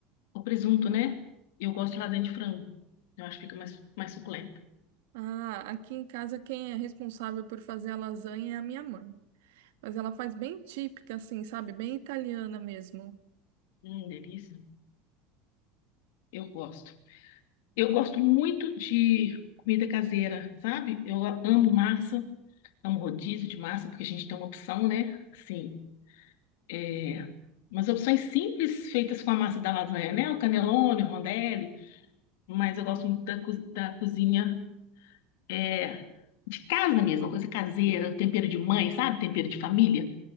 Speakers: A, on the left; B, on the right.
A: ou presunto, né? Eu gosto de lasanha de frango. Eu acho que fica mais, mais suculenta.
B: Ah, aqui em casa quem é responsável por fazer a lasanha é a minha mãe. Mas ela faz bem típica, assim, sabe? Bem italiana mesmo.
A: Hum, delícia. Eu gosto. Eu gosto muito de comida caseira, sabe? Eu amo massa, amo rodízio de massa, porque a gente tem uma opção, né? Assim, é... umas opções simples feitas com a massa da lasanha, né? O canelone, o rondelli. Mas eu gosto muito da, co- da cozinha. é, de casa mesmo, uma coisa caseira, o tempero de mãe, sabe? Tempero de família.